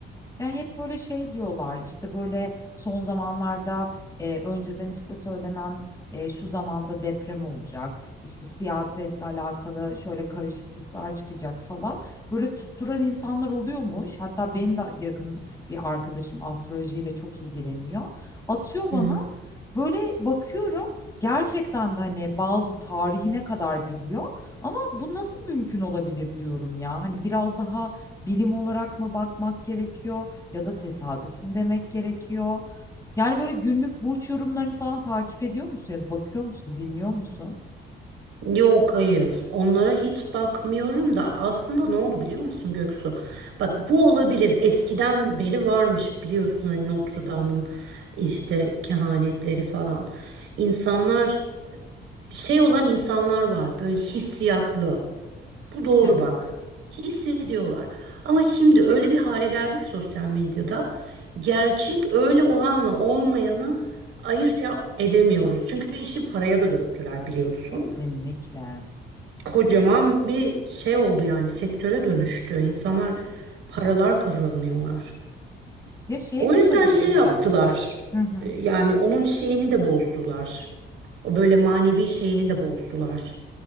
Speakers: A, on the left; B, on the right.
A: Ya hep böyle şey diyorlar işte böyle son zamanlarda e, önceden işte söylenen e, şu zamanda deprem olacak işte siyasetle alakalı şöyle karışıklıklar çıkacak falan böyle tutturan insanlar oluyormuş hatta benim de yakın bir arkadaşım astrolojiyle çok ilgileniyor atıyor bana
B: Hı hı.
A: böyle bakıyorum gerçekten de hani bazı tarihine kadar biliyor ama bu nasıl mümkün olabilir diyorum ya hani biraz daha bilim olarak mı bakmak gerekiyor? ya da tesadüf mü demek gerekiyor? Yani böyle günlük burç yorumlarını falan takip ediyor musun ya da bakıyor musun, dinliyor musun?
B: Yok hayır onlara hiç bakmıyorum da aslında ne oldu biliyor musun Göksu? Bak bu olabilir eskiden beri varmış biliyorsun hani Notre Dame'ın işte kehanetleri falan. İnsanlar şey olan insanlar var böyle hissiyatlı. Bu doğru
A: Evet,
B: bak. Hissediyorlar. Ama şimdi öyle bir hale geldik sosyal medyada. Gerçek öyle olanla olmayanı ayırt ya- edemiyoruz. Çünkü işi paraya da döktüler biliyorsun.
A: kesinlikle.
B: Kocaman bir şey oldu yani sektöre dönüştü. İnsanlar paralar kazanıyorlar.
A: Ya şey
B: O
A: de
B: yüzden
A: olabilir
B: şey yaptılar.
A: diye. Hı hı.
B: E, Yani onun şeyini de bozdular. O böyle manevi şeyini de bozdular.